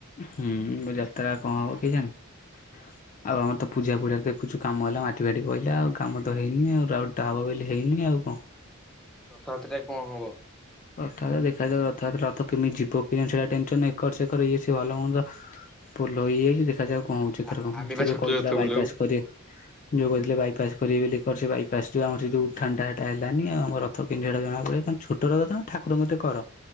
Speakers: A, on the left; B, in the centre.
A: ହୁଁ ଯାତ୍ରା କଣ ହବ କେଜାଣି, ଆଉ ଆମର ତ ପୂଜା ଫୁଜା ଦେଖୁଛୁ କାମ ହେଲା ମାଟି ଫାଟି ପଇଲା ଆଉ କାମ ତ ହେଇନି ଆଉ <unintelligible> ହେଇନି ଆଉ କଣ।
B: ରଥଯାତ୍ରା ରେ କଣ ହବ?
A: ରଥଯାତ୍ରା ଦେଖାଯାଉ ରଥଯାତ୍ରା ରଥ କେମିତି ଯିବ <unintelligible> ଏକାର ସେକର କିଛି ଭଲ ମନ୍ଦ ଭୁଲ ହେଇଯାଇଛି ଦେଖାଯାଉ କଣ କଣ ହଉଛି ଏଥରକ
B: ଆ ଆମେ
A: ସେ,
B: ବା ଛୋଟ
A: ଯୋଉ କହିଥିଲା
B: ରଥ ବୁଲାଉ।
A: ବାଇପାସ୍ କରି ଯୋଉ କହିଥିଲେ ବାଇପାସ୍ କରିବେ ବୋଲି ଆମର ଯୋଉ ଉଠାଣି ହେଟା ହେଲାନି ଆଉ। ଆମ ରଥ କେମିତି ହେଟା ଜଣାପଡ଼ିବ। ମାନେ ଛୋଟ ରଥ ତମେ ଠାକୁରଙ୍କ କତିରେ କର।